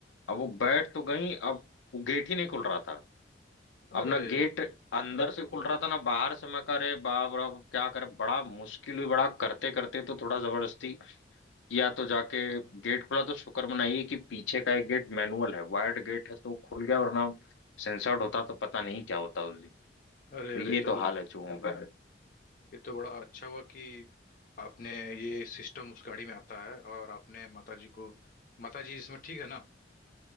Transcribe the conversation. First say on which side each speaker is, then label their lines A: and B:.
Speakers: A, on the left; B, on the left.
A: अब वो बैठ तो गई अब वो गेट ही नहीं खुल रहा था
B: अरे
A: अब ना गेट अंदर से खुल रहा था ना बाहर से मैं कह रहे बाप रे, अब क्या करे बड़ा मुश्किल हुई बड़ा करते करते तो थोड़ा जबरदस्ती या तो जाके गेट खुला तो शुक्र मनाइए कि पीछे का एक गेट मैनुअल है वायर्ड गेट है तो खुल गया वरना सेंसर्ड होता तो पता नहीं क्या होता उस दिन
B: अरे
A: तो
B: अरे
A: ये
B: तो
A: तो हाल है चूहों का
B: ये तो बड़ा अच्छा हुआ कि आपने ये सिस्टम उस गाड़ी में आता है और आपने माताजी को माताजी इसमें ठीक है ना